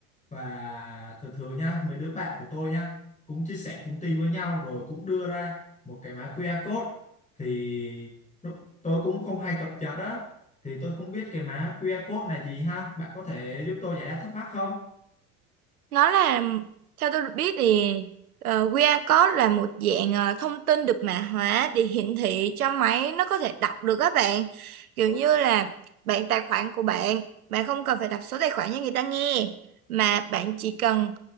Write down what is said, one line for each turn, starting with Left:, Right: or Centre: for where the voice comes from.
Left: và thường thường nha mấy đứa bạn của tôi nha cũng chia sẻ thông tin với nhau rồi cũng đưa ra một cái mã QR code thì lúc tôi cũng không hay cập nhật á thì tôi không biết cái mã QR code này gì ha bạn có thể giúp tôi giải đáp thắc mắc không?
Right: nó là theo tôi được biết thì ờ, QR code là một dạng ờ, thông tin được mã hóa để hiển thị cho máy nó có thể đọc được các bạn. Kiểu như là bạn tài khoản của bạn, bạn không cần phải đọc số tài khoản cho người ta nghe mà bạn chỉ cần